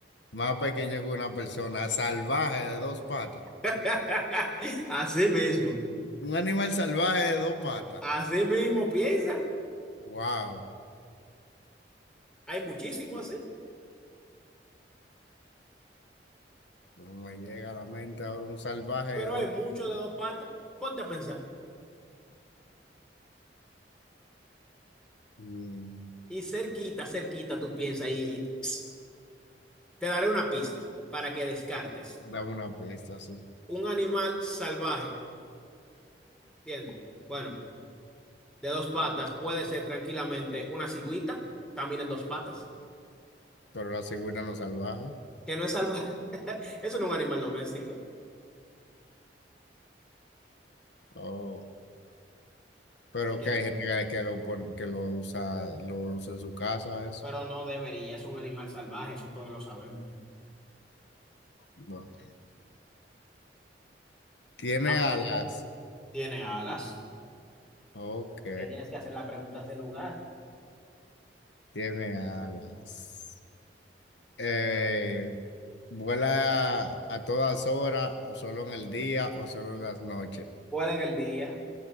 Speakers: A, on the left; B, in the centre.
A: Más pequeño que una persona. Salvaje de dos patas.
B: <laughs> Así mismo.
A: Un animal salvaje de dos patas.
B: Así mismo piensa.
A: Wow.
B: Hay muchísimo así.
A: No me llega a la mente ahora un salvaje
B: Pero
A: de dos
B: hay mucho
A: patas.
B: de dos patas. Ponte a pensar.
A: Mm,
B: Y cerquita, cerquita tú piensas. Y, y, pss, te daré una pista para que descartes.
A: dame una pista, sí.
B: Un animal salvaje. ¿Entienden? Bueno, de dos patas puede ser tranquilamente una cigüita. Camina en dos patas.
A: Pero la cigüeña no es salvaje.
B: que no es salvaje. <laughs> Eso no es un animal doméstico.
A: Oh. Pero
B: Así que,
A: que hay gente que que lo, pon- que lo usa, lo usa en su casa, eso.
B: pero no debería, es un animal salvaje, eso todos lo sabemos.
A: No. Tiene
B: Am-
A: alas.
B: Tiene alas.
A: Ok,
B: que tienes que hacer las preguntas de lugar.
A: tiene alas. Eh, vuela a todas horas, o solo en el día, o solo en las noches.
B: Vuela en el día.